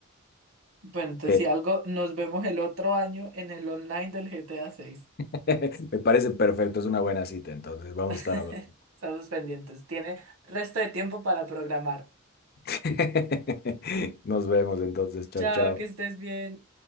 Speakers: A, on the right; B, on the left.
A: Bueno, entonces
B: que-
A: si algo, nos vemos el otro año en el online del GTA 6.
B: <laughs> Me parece perfecto, es una buena cita, entonces vamos a
A: <laughs>
B: estar hablando.
A: Estamos pendientes. Tiene resto de tiempo para programar.
B: <laughs> Nos vemos entonces, chao,
A: Chao,
B: chao.
A: que estés bien.